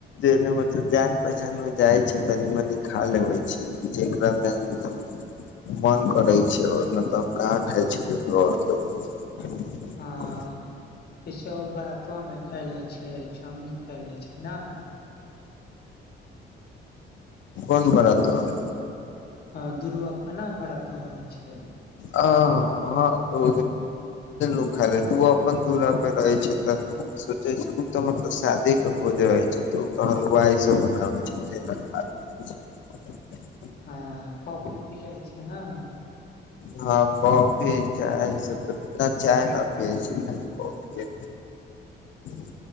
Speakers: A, on the left; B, on the left.
A: जे <inaudible> जान पहचान मे जाइ छै तनी मनी खा लेबै छै जेकरा मे मत मन करै छै ओ नैय तऽ हम कहाँ खाइ छी ककरो आओर के भोज
B: हँ जैसे ओ बरातआमे खाए लै छै चाऊमीन खाए लै छै न
A: कोन बरातआ में
B: ह दूरुआ अपना <inaudible> पड़त होइ छै <inaudible>
A: आ हँ ओ ओखा ले त <inaudible> ओ अपन दुरा प रहै छै तऽ सोचे छै ओ तऽ मतलब शादी के भोज रहै छै तऽ ओ तऽ हलुवाय से बनाबै छै अच <inaudible>
B: हँ कॉफी पियै छै न
A: हँ कॉफी चाय सब चाय न पिय छी खाली कॉफिए <inaudible>